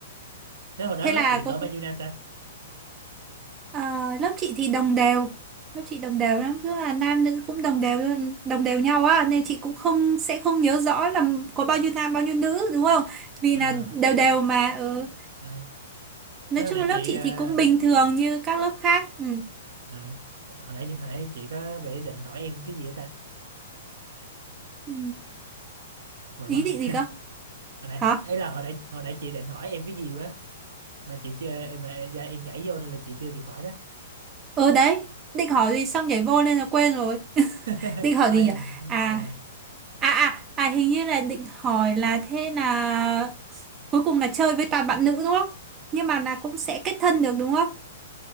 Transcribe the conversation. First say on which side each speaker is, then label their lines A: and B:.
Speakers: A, on the right; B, on the right.
A: thế hồi đó
B: thế
A: lớp
B: là
A: chị cỡ
B: cô
A: bao nhiêu nam ta
B: Ờ, lớp chị thì đồng đều lớp chị đồng đều lắm tức là nam nữ cũng đồng đều luôn- đồng đều nhau á nên chị cũng không sẽ không nhớ rõ là có bao nhiêu nam bao nhiêu nữ đúng không vì
A: à,
B: là đều đều mà ừ.
A: ừ.
B: nói
A: thế hồi
B: chung
A: nãy
B: là lớp
A: chị
B: chị
A: à,
B: thì cũng bình thường
A: dạ,
B: như các lớp khác ừ.
A: ờ. hồi nãy hồi nãy chị có vẻ định hỏi em cái gì á ta
B: Ừ.
A: quên
B: ý
A: mất
B: định gì
A: rồi.
B: cơ
A: hồi nãy
B: hả
A: ấy là hồi nãy hồi nãy chị định hỏi em cái gì quá mà chị chưa em mà- dạ, em nhảy vô nên là chị chưa kịp hỏi đó
B: ừ đấy định hỏi gì xong nhảy vô nên là quên rồi
A: <laughs>
B: <laughs> định hỏi
A: thôi
B: gì
A: em,
B: nhỉ à
A: à,
B: à à à hình như là định hỏi là thế là cuối cùng là chơi với toàn bạn nữ đúng không nhưng mà là cũng sẽ kết thân được đúng không